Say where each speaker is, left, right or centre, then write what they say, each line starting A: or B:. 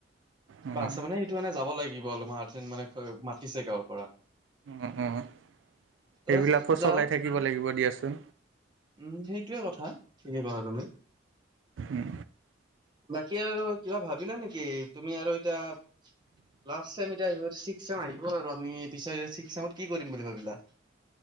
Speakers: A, on the right (about 25°); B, on the right (about 80°).
A: কিবা
B: অঁ
A: আছে মানে সেইটো মানে যাব লাগিব অলপমান আৰ্জেণ্ট মানে মাতিছে গাঁৱৰ পৰা
B: অ' অ'
A: ত
B: সেইবিলাকো
A: যাওঁ
B: চলাই থাকিব লাগিব দিয়াচোন
A: উম সেইটোয়ে কথা ঠিকে কলা তুমি
B: উম
A: বাকী আৰু কিবা ভাবিলা নিকি তুমি আৰু এতিয়া লাষ্ট চেম এতিয়া ইউ চিস্কচেম আহিব আৰু আমি পিছে চিস্ক চেমত কি কৰিম বুলি ভাবিলা